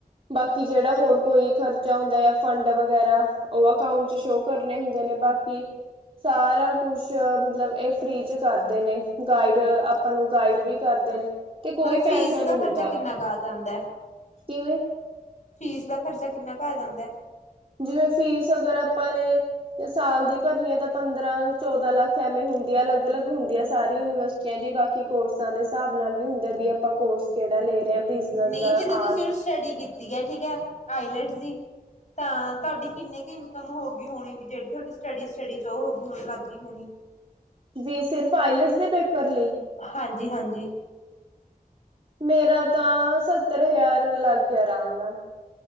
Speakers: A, on the right; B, on the left.
A: ਬਾਕੀ ਜਿਹੜਾ ਹੋਰ ਕੋਈ ਖਰਚਾ ਹੁੰਦਾ ਜਾਂ ਫੰਡ ਵਗੈਰਾ ਉਹ ਅਕਾਉਂਟ ਚ ਸ਼ੋਅ ਕਰਨੇ ਹੁੰਦੇ ਨੇ। ਬਾਕੀ ਸਾਰਾ ਕੁਛ ਮਤਲਬ ਇਹ। ਫ੍ਰਰੀ ਚ ਕਰਦੇ ਨੇ ਗਾਈਡ ਆਪਾਂ ਨੂੰ ਗਾਈਡ ਵੀ ਕਰਦੇ ਨੇ ਤੇ ਕੋਈ
B: ਮਤਲਬ ਫੀਸ
A: ਪੈਸਾ ਨਹੀਂ
B: ਦਾ
A: ਹੁੰਦਾ
B: ਖ਼ਰਚਾ ਕਿੰਨਾ ਕੁ ਆ ਜਾਂਦਾ ਹੈ।
A: ਕਿਵੇਂ
B: ਫੀਸ ਦਾ ਖਰਚਾ ਕਿੰਨਾ ਕੁ ਆ ਜਾਂਦਾ।
A: ਜਿਵੇਂ ਫੀਸ ਅਗਰ ਆਪਾਂ ਨੇ ਸਾਲ ਦੀ ਭਰਨੀ ਹੈ ।ਤਾਂ ਪੰਦਰਾਂ ਚੌਦਾਂ ਲੱਖ ਐਵੇਂ ਹੁੰਦੀ ਆ ਅਲੱਗ ਅਲੱਗ ਹੁੰਦੀ ਹੈ ।ਸਾਰੀ ਯੂਨੀਵਰਸਿਟੀਆਂ ਦੀ ਬਾਕੀ ਕੋਰਸਾਂ ਦੇ ਹਿਸਾਬ ਨਾਲ ਵੀ ਹੁੰਦਾ ਵੀ ਆਪਾਂ ਕੋਰਸ ਕਿਹੜਾ ਲੈ ਰਹੇ ਹਾਂ ਬਿਜਨਸ
B: ਨਹੀਂ
A: ਦਾ
B: ਜਿੱਦਾਂ ਤੁਸੀਂ
A: ਆਰਟਸ
B: ਹੁਣ ਸਟੱਡੀ ਕੀਤੀ ਹੈ ਠੀਕ ਹੈ ਆਈਲੈਟਸ ਦੀ ਤਾਂ ਤੁਹਾਡੀ ਕਿੰਨੀ ਕੁ ਇਨਕਮ ਹੋ ਗਈ ਹੋਣੀ ਵੀ ਜਿਹੜੀ ਤੁਹਾਡੀ ਸਟੱਡੀ ਸਟਡੀ ਚ ਉਹ ਹੋ ਗਈ ਹੋਣੀ ਲੱਗ ਗਈ ਹੋਣੀ
A: ਜੀ ਸਿਰਫ ਆਈਲਟਸ ਦੇ ਪੇਪਰ। ਲਈ
B: ਹਾਂਜੀ ਹਾਂਜੀ।
A: ਮੇਰਾ ਤਾਂ ਸੱਤਰ ਹਜ਼ਾਰ ਲੱਗ ਗਿਆ ਆਰਾਮ ਨਾਲ।